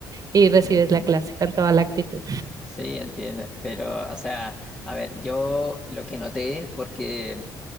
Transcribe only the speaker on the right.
y recibes
la clase con toda la actitud.